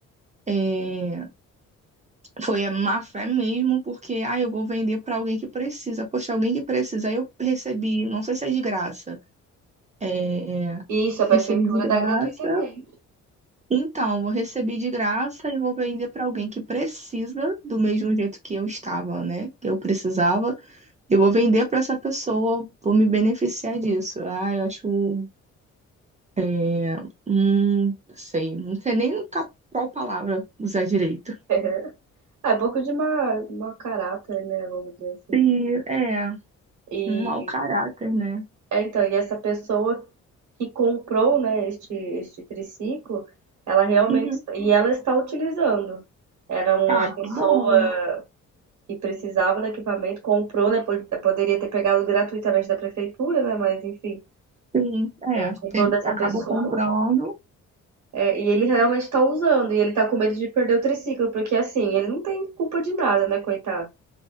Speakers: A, on the right; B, on the right.
A: é, foi a má fé mesmo, porque, ah, eu vou vender para alguém que precisa. Poxa, alguém que precisa. Aí eu recebi, não sei se é de graça. É,
B: Isso, a
A: recebi
B: prefeitura
A: de graça.
B: dá gratuitamente.
A: Então, vou receber de graça e vou vender para alguém que precisa, do mesmo jeito que eu estava, né? Que eu precisava. Eu vou vender para essa pessoa, vou me beneficiar disso. Ah, eu acho. É, hum, não sei, não sei nem ca- qual palavra usar direito.
B: <laughs> É pouco de má, mau caráter, né? Vamos dizer assim.
A: E, é,
B: E
A: um mau caráter, né?
B: é, então, e essa pessoa que comprou, né, este, este triciclo, ela realmente.
A: Uhum.
B: E ela está utilizando. Era uma
A: Ah,
B: pessoa
A: que bom.
B: que precisava do equipamento, comprou, né? po- Poderia ter pegado gratuitamente da prefeitura, né? Mas enfim,
A: Sim, é.
B: comprou
A: Teve,
B: dessa
A: acabou
B: pessoa.
A: comprando.
B: É, e ele realmente está usando, e ele tá com medo de perder o triciclo, porque assim, ele não tem culpa de nada, né, coitado?